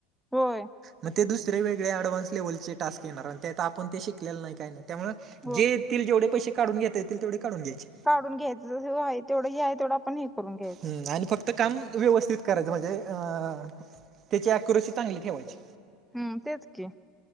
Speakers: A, in the centre; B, on the right.
A: होय.
B: म ते दुसरे वेगळे ऍडव्हान्स लेव्हलचे टास्क येणार आणि त्यात आपण ते शिकलेला नाय काय नाय त्यामुळ
A: हो
B: जे येतील जेवढे पैसे काढून घेता येतील तेवढे काढून घ्यायचे.
A: काढून घ्यायचं जे हाय तेवढं जे हाय तेवढं आपण हे करून घ्यायचं
B: हम्म आणि फक्त काम व्यवस्थित करायचं म्हणजे अ त्याची अक्युरेसी चांगली ठेवायची.
A: हम्म तेच की